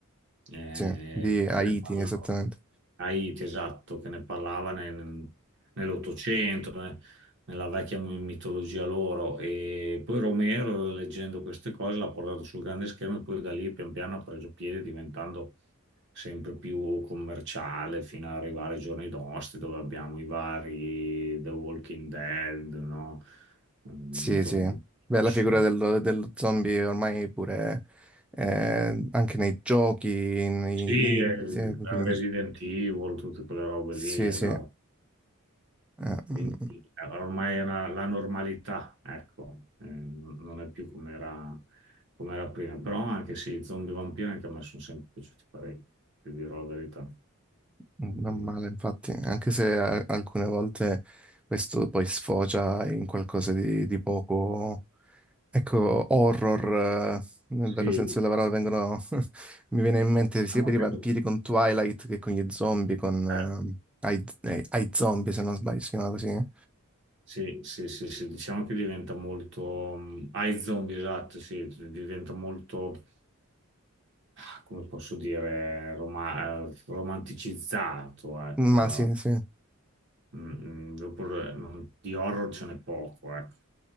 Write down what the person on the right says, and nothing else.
eh,
che ne parlava.
Haiti, esatto, che ne parlava nel- nell'Ottocento, ne- nella vecchia mi- mitologia loro. E poi Romero, leggendo queste cose, l'ha portato sul grande schermo e poi da lì pian piano ha preso piede, diventando sempre più commerciale fino ad arrivare ai giorni nostri, dove abbiamo i vari The Walking Dead, no? Mm,
Zombie
Nation.
Sì,
eh,
Resident Evil, tutte quelle robe
lì, esatto.
Quindi eh, ormai è una- la normalità, ecco, eh, non non è più come era, come era prima. Però anche sì, zombie vampiri anche a me sono sempre piaciuti parecchio, ti dirò la verità.
Mm,
sì,
diciamo
che,
eh,
sì, sì, sì, sì, diciamo che diventa molto... mm, Ai zombie, esatto, sì, diventa molto, ah, come posso dire, roma- eh, romanticizzato, ecco,
la-
Mm, mm, dopo eh, non- di horror ce n'è poco, ecco.